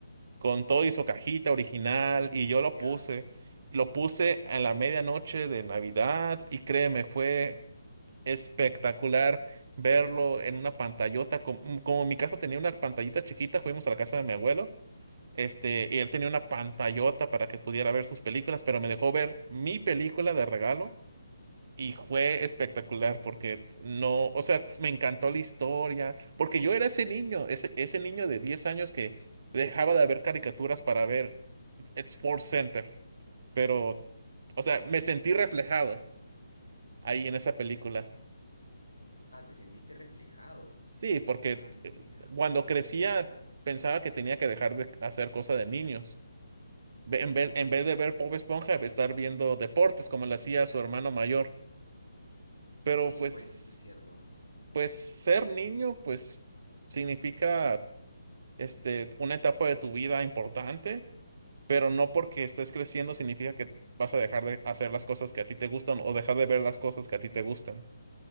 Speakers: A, on the right (about 40°); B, on the left (about 85°).
A: con todo y su cajita original y yo lo
B: Ya,
A: puse. Lo puse a la medianoche de Navidad y créeme, fue espectacular verlo en una pantallota. com- mm, Como, mi casa tenía una pantallita chiquita, fuimos a la casa de mi abuelo, este, y él tenía una pantallota para que pudiera ver sus películas, pero me dejó ver mi película de regalo y fue espectacular
B: no.
A: porque no, o sea, s- me encantó la historia, porque yo era ese niño, ese, ese niño de 10 años que dejaba de ver caricaturas para ver Sports Center, pero, o sea, me sentí reflejado ahí en esa película.
B: Ah, te sentiste reflejado.
A: Sí, porque
B: Ah, mira.
A: eh, cuando crecía pensaba que tenía que dejar de hacer cosas de niños.
B: O
A: Ve-
B: no.
A: En vez, en vez de ver Bob Esponja, estar viendo deportes como lo hacía su hermano mayor. Pero
B: Sí,
A: pues,
B: pues eso es cierto.
A: pues ser niño, pues significa este, una etapa de tu vida importante, pero no porque estés creciendo significa que vas a dejar de hacer las cosas que a ti te gustan o dejar de ver las cosas que a ti te gustan.